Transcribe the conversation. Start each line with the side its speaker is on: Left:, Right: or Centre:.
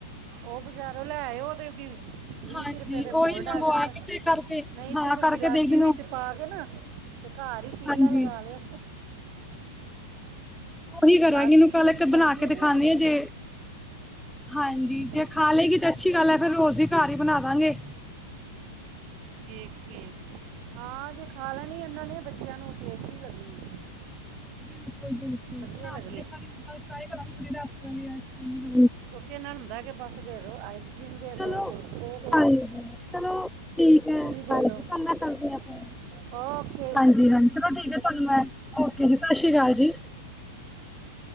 Right: ਓ ਬਜ਼ਾਰੋਂ ਲੈ ਆਏ ਓ ਦੇ ਫਿਰ ਵੀਹ
Centre: ਹਾਂਜੀ
Right: ਤੀਹ ਰੁਪਏ ਦੇ
Centre: ਉਹੀ
Right: ਮੋਰਡ
Centre: ਮੰਗਵਾ
Right: ਆ ਜਾਂਦਾ
Centre: ਕੇ ਤੇ ਕਰਕੇ
Right: ਨਈ
Centre: ਹਾਂ
Right: ਤੇ ਫੇਰ
Centre: ਕਰਕੇ
Right: ਗਿਲਾਸੀ
Centre: ਦੇਖਦੀ ਨੂੰ
Right: ਵਿੱਚ ਪਾ ਕੇ ਨਾ ਤੇ ਘਰ ਈ ਪੀਲਾ
Centre: ਹਾਂਜੀ
Right: ਲਗਾ ਲਿਓ।
Centre: ਓਹੀ ਕਰਾਂਗੀ
Right: ਪਲਾਸਟਿਕ
Centre: ਇਨੂੰ ਕੱਲ
Right: ਦੇ
Centre: ਇੱਕ
Right: ਚਮਚੇ
Centre: ਬਣਾ ਕੇ ਦਿਖਾਣੀ
Right: ਨਹੀਂ ਹੈਗੇ
Centre: ਆ ਜੇ ਹਾਂਜੀ ਜੇ
Right: ਹਾਂ
Centre: ਖਾ ਲਗੀ ਤੇ ਅੱਛੀ ਗੱਲ ਐ ਫੇਰ ਰੋਜ਼ ਦੀ ਘਰ ਈ ਬਣਾ ਦਾਂਗੇ।
Right: ਠੀਕ-ਠੀਕ ਹਾਂ ਤੇੇ ਖਾ ਲੈਣੀ ਏਨਾਂ ਨੇ ਬੱਚਿਆਂ ਨੂੰ ਟੇਸਟੀ ਲੱਗਣੀ
Centre: ਬਿਲਕੁੱਲ-ਬਿਲਕੁੱਲ
Right: ਵਧੀਆ
Centre: ਬਣਾ
Right: ਲੱਗਦੀ
Centre: ਕੇ ਦੇਖਾਂਗੀ
Right: ਹੈ
Centre: ਮੈਂ ਕਲ ਟ੍ਰਾਈ ਕਰਾਂਗੀ <unintelligible>
Right: ਕਿਉਂਕਿ ਏਨਾਂ ਨੂੰ ਹੁੰਦਾ ਕੀ ਬੱਸ ਦੇ ਦੋ ਆਈਸ ਕਰ੍ਰੀਮ ਦੇ
Centre: ਚਲੋ
Right: ਦੋ ਕੁਰਕਰੇ
Centre: ਹਾਂਜੀ ਹ ਚਲੋ ਠੀਕ ਐ
Right: ਦੇ
Centre: ਹਾਂਜੀ
Right: ਦਿਓ
Centre: <unintelligible> ਕਰਦੀ ਆ ਫੋਨ।
Right: ਓਕੇ
Centre: ਹਾਂਜੀ-ਹਾਂਜੀ ਚਲੋ ਠੀਕ ਐ ਤੁਹਾਨੂੰ ਮੈਂ ਓਕੇ ਜੀ ਸਸ ਸ਼੍ਰੀ ਕਾਲ ਜੀ।